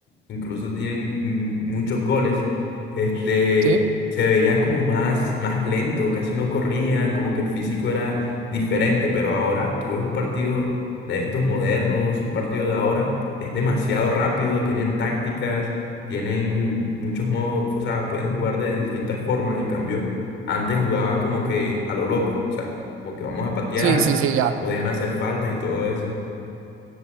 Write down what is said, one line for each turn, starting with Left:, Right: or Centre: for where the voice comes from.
Left: incluso tienen mm, muchos goles. Este,
Right: ¿sí?
Left: se veían como más, más lento, casi no corrían, como que el físico era diferente, pero ahora tú ves un partido de estos modernos, un partido de ahora, es demasiado rápido, tienen tácticas, tienen muchos modos, o sea, pueden jugar de distintas formas, en cambio, antes jugaban como que a lo loco, o sea, como que vamos a patear,
Right: Sí, sí, sí, ya.
Left: podían hacer faltas y todo eso.